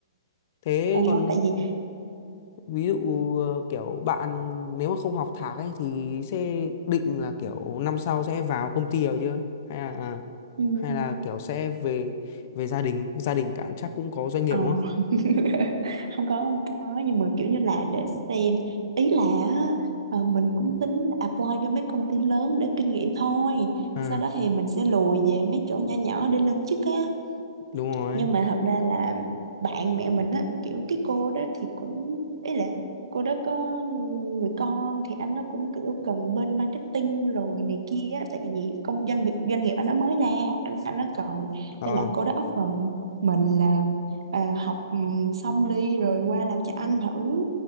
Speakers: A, on the left; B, on the right.
A: thế
B: ồ
A: còn
B: tại vì
A: ví dụ ờ, kiểu bạn nếu mà không học thạc ấy thì sẽ định là kiểu năm sau sẽ vào công ty rồi chưa hay là à,
B: ừ,
A: hay là kiểu sẽ về về gia đình gia đình cản chắc cũng có doanh nghiệp
B: ờ
A: đúng không
B: <laughs> không có không có nhưng mà kiểu như là để xem ý là á, ờ, mình cũng tính là apply cho mấy công ty lớn để kinh nghiệm thôi
A: à
B: sau đó thì mình sẽ lùi về mấy chỗ nhỏ nhỏ để lên chức á
A: đúng rồi
B: nhưng mà thật ra là bạn mẹ mình á kiểu cái cô đó thì cũng ý là cô đó có người con thì anh nó cũng kiểu cần bên marketing rồi này kia á, tại vì công doanh việc doanh nghiệp anh nó mới ra anh anh nó cần
A: ờ
B: nên là cô đó offer mình là à, học ừm, xong đi rồi qua làm cho anh thử